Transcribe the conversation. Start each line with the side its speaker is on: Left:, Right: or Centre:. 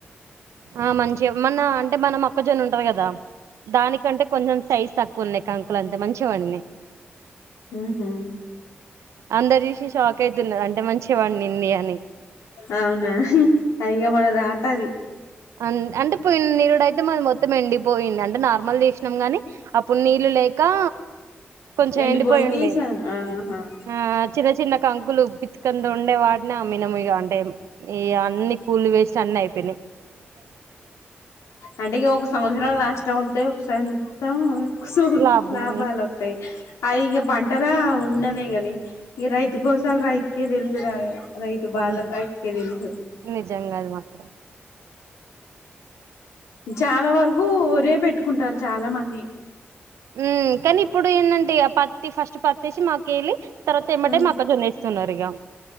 Right: ఆ మంచిగ మన అంటే మనం అ ఒక్కజొన్న ఉంటది కదా దానికంటే కొంచెం సైజ్ తక్కువన్నాయి కంకులు అంతే మంచిగ వండినయ్
Left: ఊహు
Right: అందరు చూసి షాక్ అయితున్నారు అంటే మంచివాడింది అని
Left: అవునా అయ్య మన రాత అది
Right: అన్ అంటే పోయిన నిరుడు అయితే మా మొత్తం ఎండిపోయింది అంటే నార్మల్ చేసినం కానీ అప్పుడు నీళ్ళు లేకా కొంచెం
Left: ఎండిపోయింది
Right: ఎండిపోయిండే
Left: ఈసా ఆహా
Right: ఆ చిన్న చిన్న గుల్లు పితికంత ఉండే వాట్ న అమ్మినము ఇగ అంటే ఈ అన్ని కూళ్ళు వేస్ట్ అన్ని అయిపోయినయి
Left: అంటే ఇగ ఒక సంవత్సరం నష్టం ఒత్తాయి ఒక సారి మొత్తం సో
Right: లాభం
Left: లాభాలు ఒత్తాయి అవి ఇగ పంట రావు ఇన్ననే గాని ఈ రైతు గోసాలు రైతుకే తెలుసురా రైతు బాధలు
Right: అవును
Left: రైతుకే తెలుసు
Right: నిజంగా అది మాత్రం
Left: చాలా వరకు వరే పెట్టుకుంటారు చాలా మంది
Right: ఊ కానీ ఇప్పుడు ఏందంటే ఆ పత్తి ఫస్ట్ పత్తి తీసి మాకేళ్ళి తర్వాత ఎమ్మటే
Left: ఆ
Right: మక్కజొన్న ఏస్తున్నారు ఇగ